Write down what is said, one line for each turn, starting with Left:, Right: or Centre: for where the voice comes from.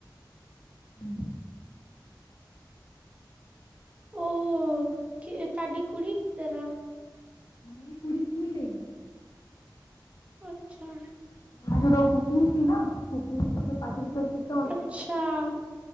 Left: ਹਮ
Right: ਉਹ ਕੀ, ਤੁਹਾਡੀ ਕੁੜੀ ਕਿੱਧਰ ਆ।
Left: ਮੇਰੀ ਕੁੜੀ ਸਕੂਲ ਗਈ ਆ।
Right: ਅੱਛਾ
Left: ਅੱਜ ਦੋ, ਕੁਕਿੰਗ ਸੀ ਨਾ ਕੁਕਿੰਗ ਕੀਤਾ ਹੇ ਵ,
Right: ਅੱਛਾ-ਅੱਛਾ,